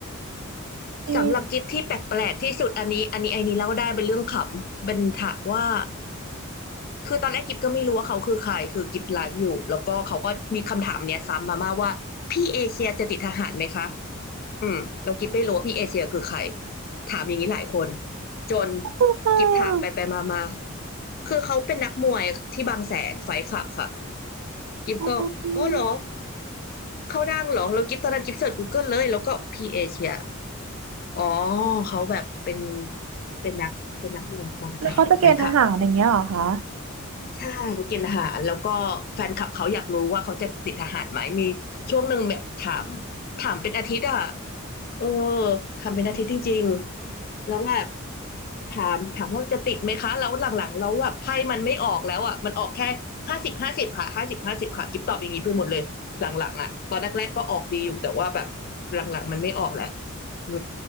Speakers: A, on the right; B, on the left.
A: มี
B: สำหรับกิฟที่แปลกๆที่สุดอันนี้อันนี้ไอ้นี้เล่าได้เป็นเรื่องขำเป็นถามว่าคือตอนแรกกิฟก็ไม่รู้ว่าเขาคือใครคือกิฟไลฟ์อยู่แล้วก็เขาก็มีคำถามเนี้ยซ้ำมามาว่าพี่เอเชียจะติดทหารไหมคะ อืมเรากิ๊บไม่รู้ว่าพี่เอเชียคือใครถามอย่างนี้หลายคนจน
A: อะไรอ่ะ
B: กิ๊บถามไปไปมามาคือเขาเป็นนักมวยที่บางแสนไฟท์คลับค่ะกิบก็อ๋อเหรอ
A: โอ
B: เขาดังเหรอแล้วกิบตอนนั้นกิบเสิร์ช Google เลยแล้วก็พี่เอเชียอ๋อเขาแบบเป็นเป็นนักเป็นนักมวยบางแสนไฟท์คลับ
A: แล้วเขาจะเกณฑ์ทหารอย่างเงี้ยเหรอคะ
B: ใช่เขากินอาหารแล้วก็แฟนคลับเขาอยากรู้ว่าเขาจะติดทหารไหมมีช่วงหนึ่งแบบถามถามเป็นอาทิตย์อะ เออทำเป็นอาทิตย์จริงๆแล้วแบบถามถามว่าจะติดไหมคะแล้วหลังๆแล้วแบบไพ่มันไม่ออกแล้วอ่ะมันออกแค่ห้าสิบห้าสิบค่ะห้าสิบห้าสิบค่ะกิ๊บตอบอย่างนี้ไปหมดเลยหลังๆอ่ะตอนแรกๆก็ออกดีอยู่แต่ว่าแบบหลังๆมันไม่ออกแล้วเออ